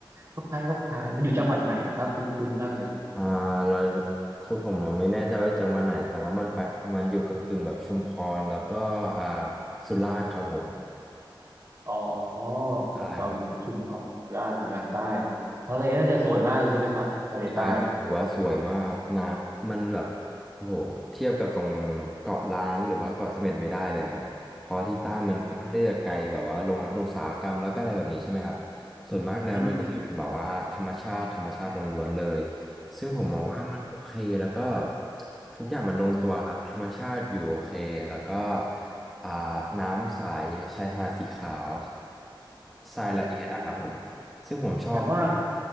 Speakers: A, on the right; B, in the centre.
A: คล้ายๆคล้ายๆมันอยู่จังหวัดไหนนะครับคุ้นๆมากเลย
B: อ่าเราคือผมไม่แน่ใจว่าจังหวัดไหนแต่ว่ามันไปมันอยู่กึ่งๆแบบชุมพรแล้วก็อ่าสุราษฎร์ครับผม
A: อ๋อเกะเต่าอยู่นะชุมพรสุราษฎร์อยู่ทางใต้
B: ใช่ครับ
A: ทะเลน่าจะสวยมากเลยใช่ไหมครับทะเลใต้
B: ใช่ครับถือว่าสวยมากครับน้ำมันแบบโอ้โหเทียบกับตรงเกาะล้านหรือว่าเกาะเสม็ดไม่ได้เลยครับเพอที่ใต้มันค่อนข้างที่จะไกลแบบว่าโรงงานอุตสาหกรรมแล้วก็อะไรแบบนี้ใช่ไหมครับ
A: อ๋อ
B: ส่วนมากแล้วมันก็จะเป็นแบบว่าธรรมชาติธรรมชาติล้วนๆเลย
A: อืม
B: ซึ่งผมมองว่ามันโอเคแล้วก็
A: อ๋อ
B: ทุกอย่างมันลงตัวครับธรรมชาติอยู่โอเคแล้วก็อ่าน้ำใสชายหาดสีขาวทรายละเอียดอะครับผม
A: โอ้
B: ซึ่งผมชอบมาก
A: แสดงว่า